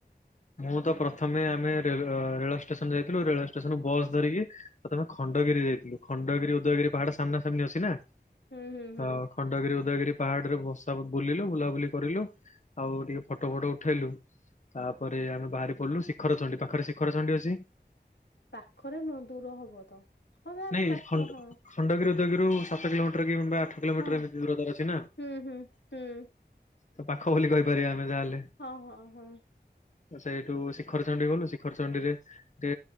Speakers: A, on the left (about 45°); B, on the left (about 90°).
A: ମୁଁ ତ ପ୍ରଥମେ ଆମେ ରେଳ ରେଳ ଷ୍ଟେସନ ଯାଇଥିଲୁ ରେଳ ଷ୍ଟେସନରୁୁ ବସ୍ ଧରିକି ପ୍ରଥମେ ଖଣ୍ଡଗିରି ଯାଇଥିଲୁ ଖଣ୍ଡଗିରି ଉଦୟଗିରି ପାହାଡ ସାମ୍ନା ସାମ୍ନି ଅଛି ନା। ତ
B: ହୁଁ ହୁଁ ହୁଁ
A: ଖଣ୍ଡଗିରି ଉଦୟଗିରି ପାହାଡ଼ରେ ବସା ବୁଲିଲୁ ବୁଲାବୁଲି କରିଲୁ ଆଉ ଟିକେ ଫଟୋ ଫଟ ଉଠେଇଲୁ। ପରେ ଆମେ ବାହାରି ପଡିଲୁ ଶିଖରଚଣ୍ଡୀ ପାଖରେ ଶିଖର ଚଣ୍ଡୀ ଅଛି।
B: ପାଖରେ ନୁହଁ ଦୂର ହବ ତ। ହଁ ତାହେଲେ
A: ନାଇଁ
B: ପାଖ
A: ଖଣ୍ଡ
B: ହଁ
A: ଖଣ୍ଡଗିରି ଉଦଗିରୁ ସାତ କିଲୋମିଟର କି କିମ୍ବା। ଆଠ କିଲୋମିଟର
B: ହଁ
A: ଏମିତି ଦୂର ତାର ଅଛି ନା ତ
B: ହୁଁ ହୁଁ ହୁଁ
A: ପାଖ ବୋଲି କହିପାରିବା ଆମେ ଯାହାହେଲେ।
B: ହଁ ହଁ ହଁ।
A: ସେଇଠୁ ଶିଖର ଚଣ୍ଡୀ ଗଲୁ ଶିଖର ଚଣ୍ଡୀରେ। ଟିକେ